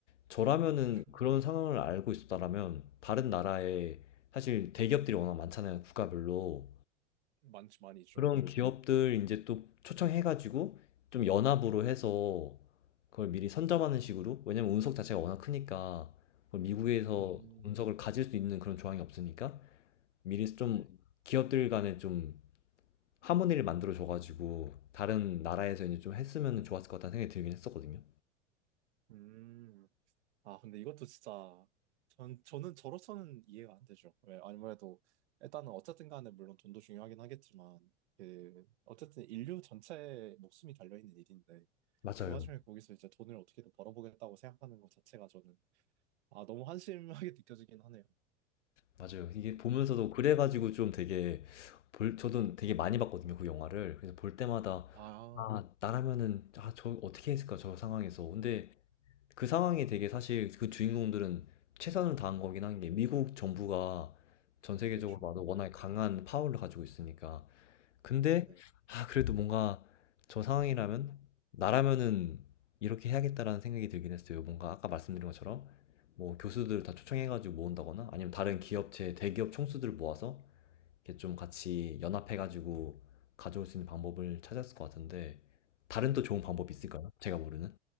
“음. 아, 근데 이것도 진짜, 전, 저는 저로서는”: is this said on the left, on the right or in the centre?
Right